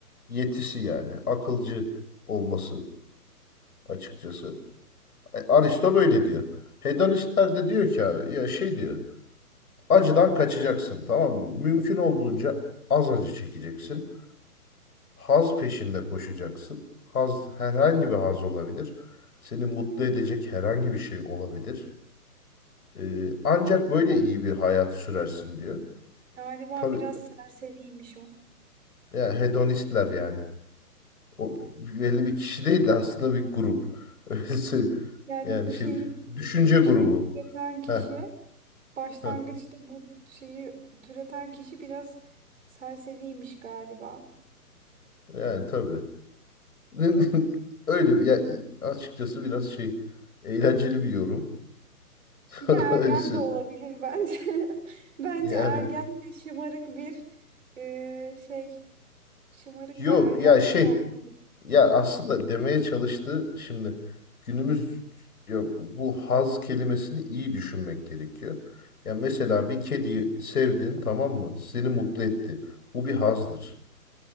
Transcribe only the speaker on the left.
yetisi yani akılcı olması açıkçası. E, Aristo
böyle diyor. Hedonistler de diyor ki abi, ya şey diyor. Acıdan kaçacaksın tamam mı? Mümkün olduğunca az acı çekeceksin. Haz peşinde koşacaksın. Haz herhangi bir haz olabilir. Seni mutlu edecek herhangi bir şey olabilir. Ee, ancak
böyle iyi bir hayat sürersin diyor.
Tabii
yani hedonistler yani. O belli bir kişi değil de aslında bir grup. <laughs> Öylesi
yani
şey
düşünce
grubu.
Heh,
heh,
yani tabii. <laughs> Öyle ya açıkçası biraz şey eğlenceli bir yorum.
<laughs>
Ölsün.
Yani
yok
ya şey
ya aslında demeye çalıştığı şimdi günümüz ya bu haz kelimesini iyi düşünmek gerekiyor. Ya mesela bir kediyi sevdin tamam mı? Seni mutlu etti. Bu bir hazdır.